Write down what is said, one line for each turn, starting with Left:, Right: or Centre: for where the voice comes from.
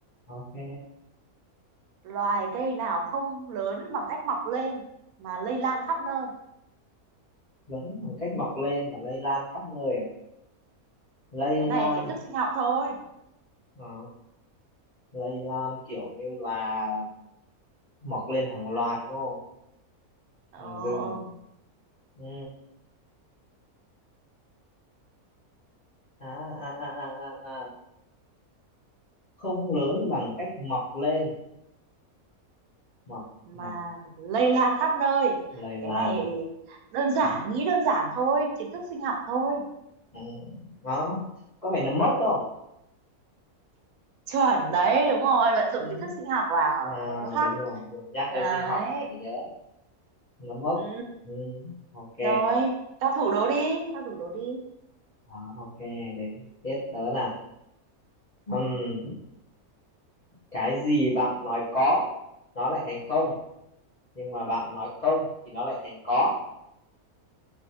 Left: ok
Right: Loài cây nào không lớn bằng cách mọc lên mà lây lan khắp nơi.
Left: lớn bằng cách mọc lên và lây lan khắp nơi à? lây
Right: Cái
Left: lan
Right: này kiến thức sinh học thôi.
Left: Ờ, lây lan kiểu như là mọc lên hàng loạt đúng không
Right: Ờ,
Left: Hoàng rừng.
Right: ờ,
Left: Ừ. À, à, à, à, à, à. Không lớn bằng cách mọc lên. Mọc,
Right: mà
Left: mọc,
Right: lây lan khắp nơi.
Left: lời
Right: Cái
Left: làn.
Right: này đơn giản,
Left: Ừ.
Right: nghĩ đơn giản thôi, kiến thức sinh học thôi.
Left: Ừ. Đó. Có phải nấm mốc không?
Right: chuẩn đấy đúng rồi vận dụng
Left: Ừ.
Right: kiến thức sinh học vào
Left: À,
Right: nó có khác
Left: đúng rồi. Rồi nhắc
Right: đấy
Left: đến sinh học mình mới nhớ. Nấm mốc.
Right: ừ.
Left: Ừ. Ok.
Right: rồi tao thủ đố đi tao thủ đố đi
Left: Đó, ok. Đến tiếp tớ nào. Ừm, Cái gì bạn nói có, nó lại thành không. Nhưng mà bạn nói không thì nó lại thành có.